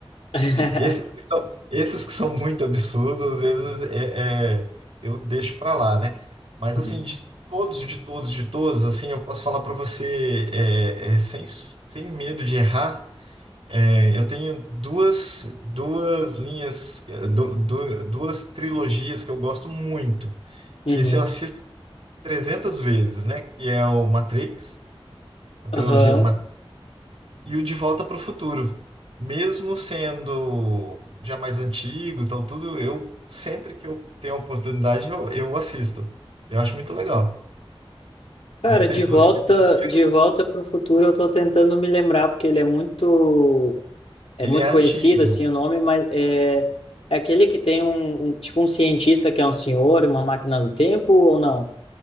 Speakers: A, on the left; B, on the right.
A: <laughs>
B: Esses que são, esses que são muito absurdos, às vezes é, é- eu deixo pra lá, né? Mas
A: Uhum.
B: assim, de todos, de todos, de todos, assim, eu posso falar pra você é, é, sem, sem medo de errar. é, eu tenho duas, duas linhas, é, du- du- duas trilogias que eu gosto muito,
A: Uhum.
B: que esse eu assisto 300 vezes, né? Que é o Matrix, a trilogia
A: Aham.
B: do e o De Volta para o Futuro. Mesmo sendo já mais antigo, tal tudo, eu sempre que eu tenho a oportunidade, eu, eu assisto. Eu acho muito legal.
A: Cara,
B: Não sei
A: de
B: se
A: volta,
B: você assistiu,
A: de volta para o futuro, eu tô tentando me lembrar porque ele é muito, é
B: ele
A: muito
B: é
A: conhecido
B: antigo.
A: assim o nome, mas é, é aquele que tem um, um- tipo um cientista que é um senhor, uma máquina do tempo ou não?